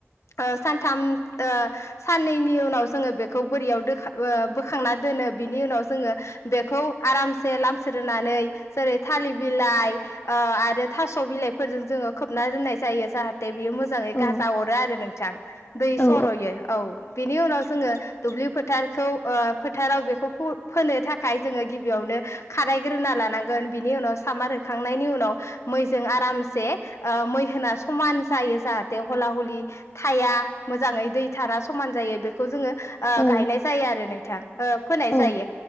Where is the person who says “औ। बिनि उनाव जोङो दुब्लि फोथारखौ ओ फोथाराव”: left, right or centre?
Left